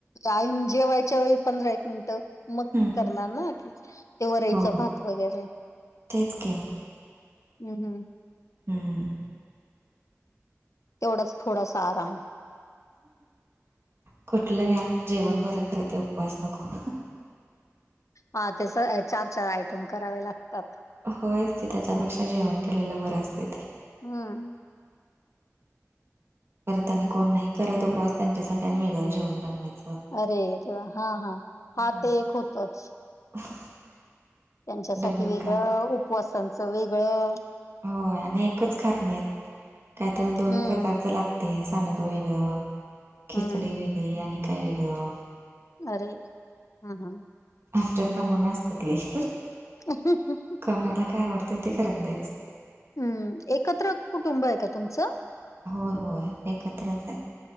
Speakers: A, on the left (about 75°); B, on the right (about 50°).
A: ऐन जेवायच्या वेळी पंधरा एक मिनिटं. मग
B: हम्म,
A: करणार ना, ते वरईच
B: हो
A: भात वगैरे.
B: तेच की.
A: हं हं.
B: हम्म.
A: तेवढाच थोडास आराम.
B: कुठलं घ्या, जेवण बरं खर ते उपवास नको.
A: हा तसं चार चार आयटम करावे लागतात.
B: होयच की, त्याच्यापेक्षा जेवण केलेलं बरं असतंय ते.
A: हम्म.
B: परत आणि कोण नाही करत उपवास, त्यांच्यासाठी आणि वेगळं जेवण बनवायचं.
A: अरे देवा, हा हा
B: हम्म,
A: हा ते एक होतंच.
B: <unintelligible>
A: त्यांच्यासाठी
B: डबल
A: वेगळं,
B: काम
A: उपवासाचं वेगळं.
B: होय आणि एकच खात नाहीत, कायतर दोन
A: हम्म
B: प्रकारचं लाग ते सांडगं वेगळं, खिचडी
A: हम्म
B: वेगळी आणि काय वेगळं‌.
A: अरे हं हं
B: आमच्यात नमुनं असत्यात लय.
A: <unintelligible>
B: कोणाला काय आवडतंय ते करून द्यायचं.
A: हम्म, एकत्र कुटुंब आहे का तुमचं?
B: होय होय एकत्रच हाय.